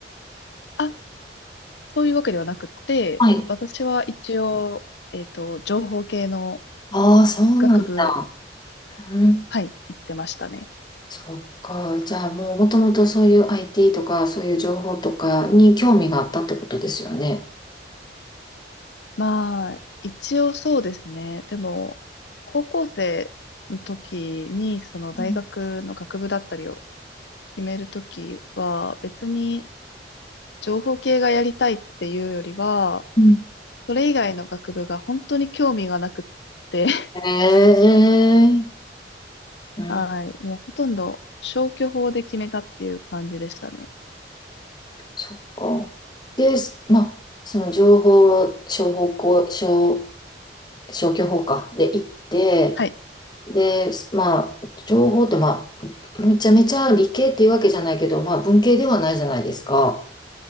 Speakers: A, on the left (about 75°); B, on the left (about 25°).
A: あ、そういうわけではなくて、
B: はい。
A: 私は一応、えっと、情報系の
B: ああ、そうなんだ。
A: 学部、
B: うん
A: はい、行ってましたね。
B: そっか。じゃあもうもともとそういう IT とかそういう情報とかに興味があったってことですよね。
A: まあ、一応そうですね。でも、高校生の時に、その大学の学部だったりを
B: うん
A: 決めるときは、別に情報系がやりたいっていうよりは、
B: うん
A: それ以外の学部が本当に興味がなくって、<laughs>
B: へえ。うん。
A: はい、もうほとんど消去法で決めたっていう感じでしたね。
B: そっか。で、まあ、その情報商法校、商、消去法か。で行って、
A: はい、
B: で、まあ、情報ってまあ、めちゃめちゃ理系っていうわけじゃないけど、まあ文系ではないじゃないですか。